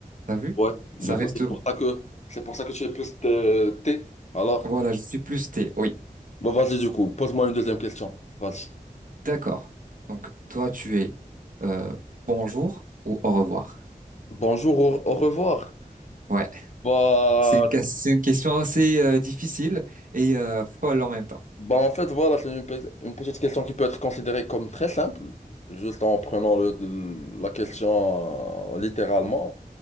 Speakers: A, on the right; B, on the left.
A: T'as vu?
B: Ouais, du
A: Ça
B: coup,
A: reste
B: c'est
A: bon.
B: pour ça que c'est pour ça que tu es plus euh, T. Alors,
A: Voilà, je suis plus thé. Oui,
B: bah vas-y du coup, pose-moi une deuxième question. Vas-y.
A: d'accord. Donc, toi, tu es euh, bonjour ou au revoir?
B: Bonjour, au, au revoir.
A: Ouais.
B: Bah,
A: C'est une, ques- c'est une question assez euh, difficile et euh, folle en même temps.
B: bah en fait, voilà, c'est une, pe- une petite question qui peut être considérée comme très simple, juste en prenant le- le- la question euh, littéralement,